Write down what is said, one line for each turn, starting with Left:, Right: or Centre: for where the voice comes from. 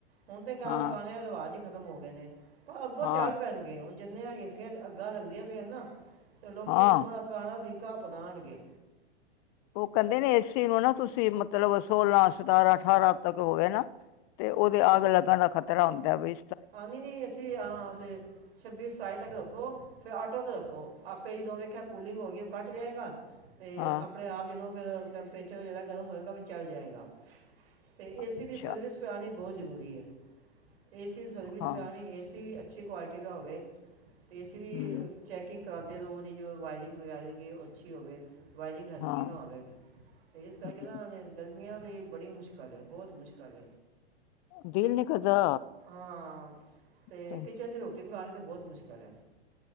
Right: ਹੁਣ ਤਾਂ ਕਿਦੋ
Left: ਹਾਂ
Right: ਪੁਰਾਣੇ ਰਿਵਾਜ਼ ਖ਼ਤਮ ਹੋ ਗਏ ਨੇ, ਪਰ ਅੱਗੋਂ
Left: ਹਾਂ
Right: ਚੱਲ ਪੈਣਗੇ ਹੁਣ ਜਿੰਨੀਆਂ ਏਸਆ ਚ ਅੱਗਾਂ ਲੱਗਦੀਆਂ ਪਿਆ ਨਾ। ਅਤੇ ਲੋਕੀ
Left: ਹਾਂ
Right: ਹੁਣ ਥੋੜਾ ਪੁਰਾਣਾ ਤਰੀਕਾ ਬਣਾਣਗੇ।
Left: ਉਹ ਕਹਿੰਦੇ ਨੇ ਏੇਸੀ ਨੂੰ ਨਾ ਤੁਸੀਂ ਮਤਲਬ ਸੋਲਾਂ, ਸਤਾਰਾਂ, ਅਠਾਰਾਂ ਤੱਕ ਹੋ ਗਿਆ ਨਾ। ਤੇ ਉਹਦੇ ਅੱਗ ਲੱਗਣ ਦਾ ਖ਼ਤਰਾ ਹੁੰਦਾ ਬਈ।
Right: ਆ ਨਹੀਂ-ਨਹੀਂ ਏਸੀ ਹਾਂ ਛੱਬੀ, ਸਤਾਈ ਤੱਕ ਰੱਖੋ ਫਿਰ ਆਟੋ ਤੇ ਰੱਖੋ। ਜਦੋਂ ਵੇਖਿਆ ਕੂਲਿੰਗ ਹੋ ਗਈ, ਉਹ ਕੱਟ ਜਾਏਗਾ ਤੇ
Left: ਹਾਂ
Right: ਆਪਣੇ ਆਪ ਜਦੋਂ ਫਿਰ ਟੈਂਪਰੇਚਰ ਜਿਹੜਾ ਗਰਮ ਹੋਏਗਾ ਓਵੀ ਚਲ ਜਾਏਗਾ ਤੇ ਏਸੀ
Left: ਅੱਛਾ
Right: ਦੀ ਸਰਵਿਸ ਕਰਾਣੀ ਬਹੁਤ ਜ਼ਰੂਰੀ ਐ, ਏਸੀ ਸਰਵਿਸ
Left: ਹਾਂ
Right: ਕਰਾਣੀ, ਏ ਸੀ ਵੀ ਅੱਛੀ ਕੁਆਲਿਟੀ ਦਾ ਹੋਵੇ। ਅਤੇ ਇਸ ਲਈ
Left: ਹਮ
Right: ਚੈਕਿੰਗ ਕਰਾ ਕੇ ਉਹਦੀ ਜੋ ਵਾਇਰਿੰਗ ਵਗੈਰਾ ਉਹ ਅੱਛੀ ਹੋਵੇ। ਵਾਇਰਿੰਗ ਹਲਕੀ
Left: ਹਾਂ
Right: ਨਾ ਹੋਵੇ ਤੇ ਇਸ ਕਰਕੇ
Left: ਹੂੰ,
Right: ਨਾ ਇਸ ਗੱਲ ਗਮੀਆਂ ਦੀ ਬੜੀ ਮੁਸ਼ਕਲ ਬਹੁਤ ਮੁਸ਼ਕਿਲ
Left: ਦਿਲ ਨੀ ਕਰਦਾ।
Right: ਹਾਂ ਅਤੇ
Left: ਤੇ
Right: ਕਿਚਨ ਚ ਰੋਟੀ ਪਕਾਣੀ ਤਾਂ ਬਹੁਤ ਮੁਸ਼ਕਿਲ ਐ।